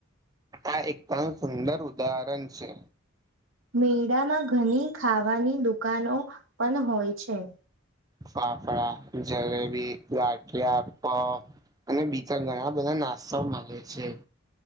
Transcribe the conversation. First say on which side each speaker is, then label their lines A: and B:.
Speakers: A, on the right; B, on the right.
A: આ એકદમ સુંદર ઉદાહરણ છે.
B: મેળામાં ઘણી ખાવાની દુકાનો પણ હોય છે.
A: ફાફડાા જલેબી ગાઠિયા પફ અને બીજા ઘણા બધા નાસ્તા માડે છે.